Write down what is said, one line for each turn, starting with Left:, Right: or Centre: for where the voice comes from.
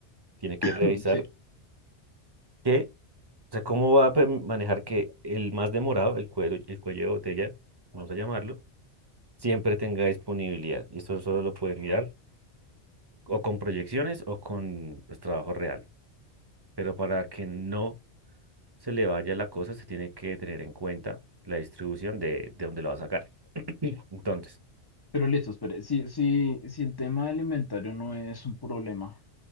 Right: tiene que
Left: <laughs>
Right: revisar
Left: <clears throat> Sí.
Right: que, o sea, cómo va a pe- manejar que el más demorado, el cuello, el cuello de botella, vamos a llamarlo, siempre tenga disponibilidad. Y esto solo lo puede mirar o con proyecciones o con pues, trabajo real. Pero para que no se le vaya la cosa, se tiene que tener en cuenta la distribución de, de dónde lo va a sacar. Sí. Entonces,
Left: Pero listo, espere. Si, si, si el tema alimentario no es un problema.